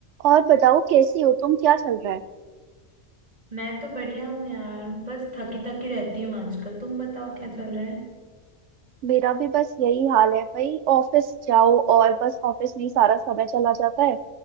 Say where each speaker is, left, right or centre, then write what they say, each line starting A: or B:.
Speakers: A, on the right; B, on the right.
A: और बताओ कैसी हो तुम क्या चल रहा है
B: मैं तो बढ़िया हूँ यार बस थकी थकी रहती हूँ आजकल तुम बताओ क्या चल रहा है
A: मेरा भी बस यही हाल है भाई ऑफिस जाओ और बस ऑफिस में ही सारा समय चला जाता है